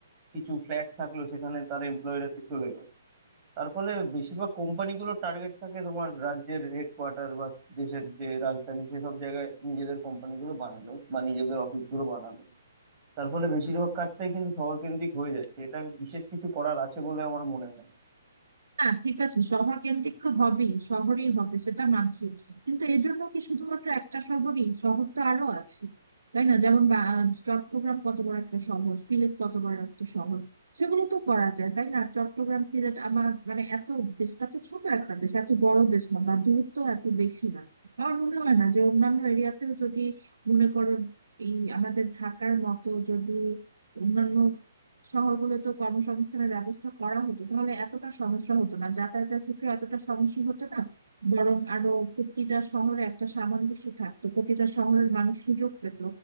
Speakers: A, on the right; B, on the right.
A: কিছু ফ্ল্যাট থাকলো সেখানে তার এমপ্লয়িরা চলে গেল তার ফলে বেশিরভাগ কোম্পানিগুলোর টার্গেট থাকে তোমার রাজ্যের হেডকোয়ার্টার বা দেশের যে রাজধানী সেসব জায়গায় নিজেদের কোম্পানিগুলো বানানো বা নিজেদের অফিসগুলো বানানো তার ফলে বেশিরভাগ কাজটাই কিন্তু শহরকেন্দ্রিক হয়ে যাচ্ছে এটা বিশেষ কিছু করার আছে বলে আমার মনে হয় না।
B: না ঠিক আছে শহর কেন্দ্রিক তো হবেই শহরেই হবে সেটা মানছি কিন্তু এর জন্য কি শুধুমাত্র একটা শহরই শহর তো আরো আছে তাই না যেমন বা- চট্টগ্রাম কত বড় একটা শহর সিলেট কত বড় একটা শহর সেগুলো তো করা যায় তাই না চট্টগ্রাম সিলেট আমার মানে এত দেশটা তো ছোট একটা দেশ এত বড় দেশ না বা দূরত্ব এত বেশি না আমার মনে হয় না যে অন্যান্য এরিয়াতেও যদি মনে করো এই আমাদের ঢাকার মতো যদি অন্যান্য শহরগুলোতে কর্মসংস্থানের ব্যবস্থা করা হতো তাহলে এতটা সমস্যা হতো না যাতায়াতের ক্ষেত্রে এতটা সমস্যা হতো না বরং আরো প্রতিটা শহরে একটা সামঞ্জস্য থাকতো প্রতিটা শহরের মানুষ সুযোগ পেত